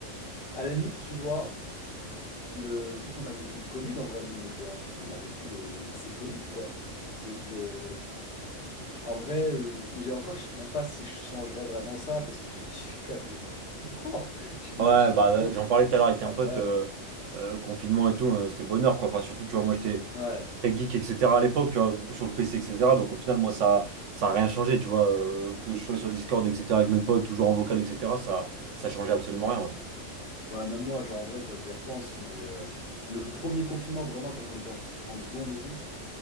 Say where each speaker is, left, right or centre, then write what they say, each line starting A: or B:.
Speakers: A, on the left (about 50°); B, on the right (about 70°).
A: à la limite, tu vois. le, vu qu'on a vécu le Covid, en vrai, nous, on était en- on a vécu le, le lycée Covid, quoi. Donc, euh, en vrai, euh, j'ai encore, je sais même pas si je changerais vraiment ça parce que j'ai <laughs> kiffé quand même le confinement. <laughs> J'aimais,
B: Ouais,
A: j'aimais
B: bah,
A: trop.
B: j'en parlais tout à l'heure avec
A: C'était
B: un
A: incroyable.
B: pote, euh, euh, confinement et tout, euh, c'était bonheur, quoi. Enfin, surtout, tu vois, moi, j'étais
A: Ouais.
B: j'étais très geek, etc. à l'époque, tu vois, beaucoup sur le PC, etc. Donc, au final, moi, ça, ça a rien changé, tu vois, euh, que je sois sur le Discord, etc., avec mes potes, toujours en vocal, etc., ça, ça changeait absolument rien, ouais.
A: Ouais, même moi, genre, en vrai, quand j'y repense, mais euh, le premier confinement, vraiment, quand on était en, en seconde et tout,